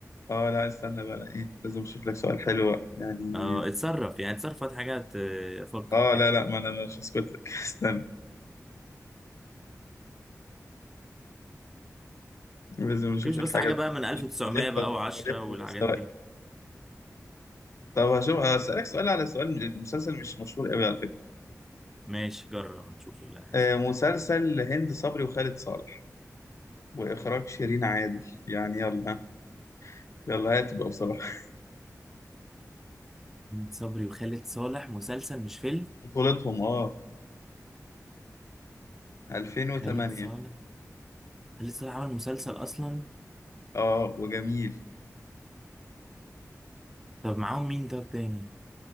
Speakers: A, on the left; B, in the centre.
A: اه لا استنى بقى لا ايه لازم اشوف لك سؤال حلو بقى يعني
B: اه اتصرف يعني اتصرف في حاجات آه، افكر
A: اه
B: كده
A: لا لا ما انا مش هسكت لك <laughs> استنى لازم اشوف
B: ما تجيبش
A: لك
B: بس
A: حاجه
B: حاجه بقى من 1900
A: تضيف
B: بقى و10
A: تضيف لمستواك
B: والحاجات دي
A: طب هشوف هسألك سؤال على سؤال من مسلسل مش مشهور قوي على فكرة
B: ماشي جرب نشوف اللي هيحصل
A: آه، مسلسل هند صبري وخالد صالح وإخراج شيرين عادل يعني يلا يلا هاتوا بقى بصراحة
B: هند صبري وخالد صالح مسلسل مش فيلم
A: <laughs> بطولتهم اه 2008
B: خالد صالح خالد صالح عمل مسلسل اصلا
A: اه وجميل
B: طب معاهم مين ده تاني